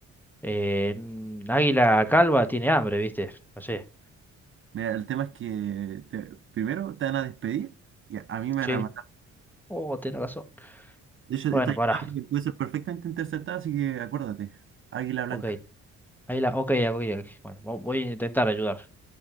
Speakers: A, in the centre; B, on the right.
A: eh, mm, Águila Calva tiene hambre, viste. No sé.
B: Mira, el tema es que te- primero te van a despedir y a, a mí me van
A: Sí.
B: a matar.
A: Oh, tenés razón.
B: De hecho,
A: Bueno,
B: esta llamada
A: pará.
B: puede ser perfectamente interceptada, así que acuérdate. Águila blanca.
A: Ok. Ahí la. Ok, ok, ok. Bueno, vo- voy a intentar ayudar.